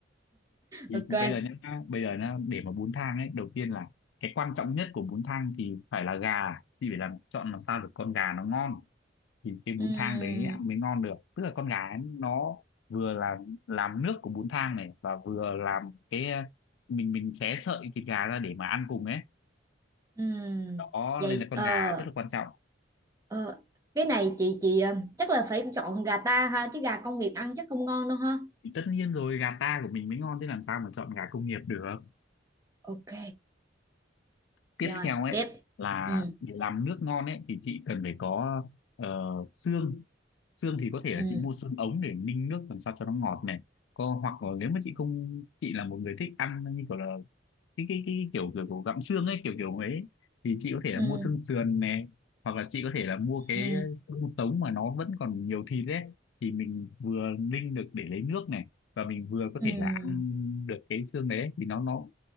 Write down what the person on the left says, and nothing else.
thì,
thì bây giờ nhá bây giờ nhá để mà bún thang ấy đầu tiên là cái quan trọng nhất của bún thang thì phải là gà thì phải làm chọn làm sao được con gà nó ngon thì cái
bún thang đấy ăn mới ngon được tức là con gà ấy, nó vừa là làm nước của bún thang này và vừa làm cái ờ, mình mình xé sợi thịt gà ra để mà ăn cùng ấy
đó
nên là con
gà rất là quan trọng
thì tất nhiên rồi gà ta của mình mới ngon thế làm sao mà chọn gà công nghiệp được
tiếp
theo ấy
Ừ. là
để làm nước ngon ấy thì chị cần phải có ờ, xương xương thì có thể là
chị mua xương ống để ninh nước làm sao cho nó ngọt này có hoặc là nếu mà chị không chị là một người thích ăn như kiểu là cái cái cái kiểu kiểu, kiểu gặm xương ấy kiểu kiểu ấy thì chị có thể
là mua xương sườn này hoặc là chị có thể là mua cái
xương sống mà nó vẫn còn nhiều thịt ấy thì mình vừa ninh được để lấy nước này và mình vừa có
thể là ăn được cái xương đấy thì nó nó